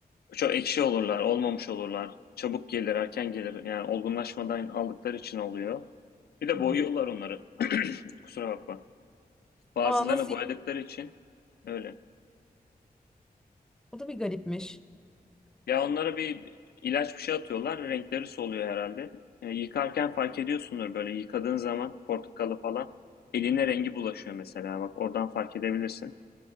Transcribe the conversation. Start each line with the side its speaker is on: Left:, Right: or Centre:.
Left: Çok ekşi olurlar, olmamış olurlar. Çabuk gelir, erken gelir. Yani olgunlaşmadan aldıkları için oluyor. Bir de
Centre: Evet.
Left: boyuyorlar onları. Kusura bakma. Bazılarını
Centre: Aa nasıl?
Left: boyadıkları için öyle.
Centre: O da bir garipmiş.
Left: Ya onlara bir ilaç bir şey atıyorlar. Renkleri soluyor herhalde. E, yıkarken fark ediyorsundur böyle yıkadığın zaman portakalı falan. Eline rengi bulaşıyor mesela. Bak oradan fark edebilirsin.